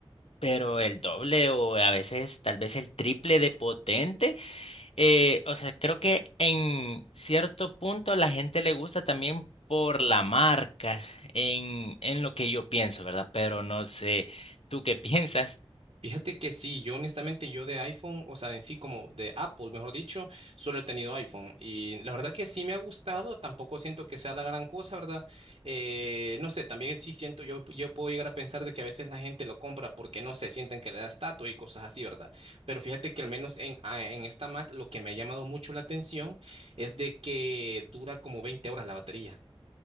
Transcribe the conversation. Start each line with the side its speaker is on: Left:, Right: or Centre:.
Left: pero el doble o a veces tal vez el triple de potente. Eh, o sea, creo que en cierto punto la gente le gusta también por la marca, en, en lo que yo pienso, ¿verdad? Pero no sé, ¿tú qué <laughs> piensas?
Right: Fíjate que sí, yo honestamente yo de iPhone, o sea, en sí como de Apple, mejor dicho, solo he tenido iPhone y la verdad que sí me ha gustado, tampoco siento que sea la gran cosa, ¿verdad? Eh, no sé, también sí siento, yo, yo puedo llegar a pensar de que a veces la gente lo compra porque, no sé, sienten que le da estatus y cosas así, ¿verdad? Pero fíjate que al menos en, a- en esta Mac lo que me ha llamado mucho la atención es de que dura como 20 horas la batería.